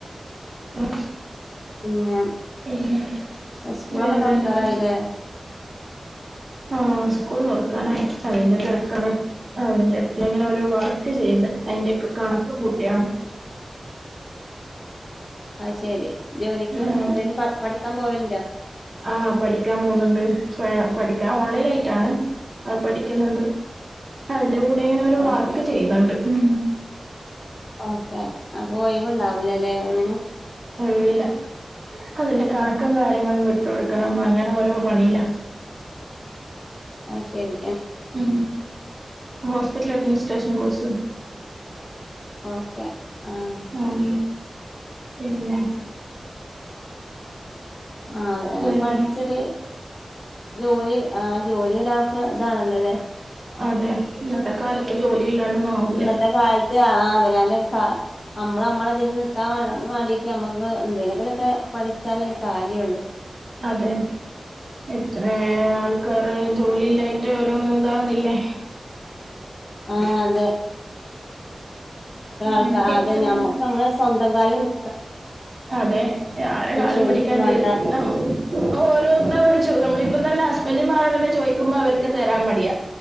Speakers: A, on the right; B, on the left.
A: ന്നട്ട്
B: പിന്നെ
A: പിന്നെ
B: സ്കൂളൊക്കെ
A: വേറെന്തൊക്കെ
B: തുറക്കാറായില്ലേ
A: ആഹ് സ്കൂൾ തൊറക്കാനായി അതിന്റെ തെരക്കണ് ആ അതിന്റെറെ അടു ഇങ്ങനെ ഓരോ വർക്ക് ചെയ്യ്ണ്ട്. അയ്ന്റെയൊക്കെ കണക്കകൂട്ട്യാണ്
B: ആഹ് ശരി, ജോലിക്ക്
A: ആഹ്
B: ന്തേലും പ പഠിക്കാൻ പോവലുണ്ടോ
A: ആഹ് പഠിക്കാൻ പോന്നുണ്ട്, പ പഠിക്കാൻ ഓൺലൈനായിട്ടാണ് അഹ് പഠിക്കുന്നുണ്ട്, അതിന്റെ കൂടെ ഇങ്ങനെ ഒരോ
B: ഓക്കെ
A: വർക്ക്ചെയ്യുന്നുണ്ട്. ഉം
B: ഓക്കെ അപ്പൊ ഒയ്വ്ണ്ടാവൂലലേ ഒന്നിനും
A: ഒഴുവില്ല, അതിന്റെ കണക്കും കാര്യങ്ങളും വിട്ട്കൊടുക്കണം അങ്ങനെ ഓരോ പണിയില
B: അഹ് ശരി
A: ഉും ഹോസ്പിറ്റൽ അഡ്മിനിസ്ട്രേഷൻ കോഴ്സ്
B: ഓക്കെ ആഹ്
A: ഉം പിന്നെ
B: ആഹ് അത് ഞാൻപഠിച്ചര്
A: ഉം
B: ജോലി ആഹ് ജോലി ഒരാക്ക താണല്ലോല്ലേ
A: അതെ ഇന്നത്തെ കാലത്ത് ജോലി ഇല്ലാണൊന്നും ആവൂല.
B: ഇന്നത്തെ കാലത്ത് ആ അവനന്റെ ക നമ്മള് നമ്മള അതിൽ നിക്കാൻ വേണ്ടീട്ട് നമ്മുക്ക് എന്തേലങ്കലൊക്കെ പഠിച്ചാലെ കാര്യള്ളു.
A: അതേ. എത്ര ആൾക്കാര് ജോലില്ലായിട്ട് ഓരോ ഇതാകുന്നില്ലേ.
B: ആഹ് അതെ
A: അങ്ങനൊക്കെ
B: ആൾക്കാ അതെ
A: എത്തുന്നു
B: മ്മ. നമ്മളെ സ്വന്തം കാലിൽ നി
A: അതെ ആരെ കാലും
B: ചോദിക്കും
A: പിടിക്കാണ്ട്
B: വേണ്ട
A: <unintelligible> ഓരോരുത്തരോട് ചോ നമ്മളിപ്പം തന്നെ ഹസ്ബന്റുമാരോട് തന്നെ ചോദിക്കുമ്പോ അവർക്ക് തരാൻ മടിയാ.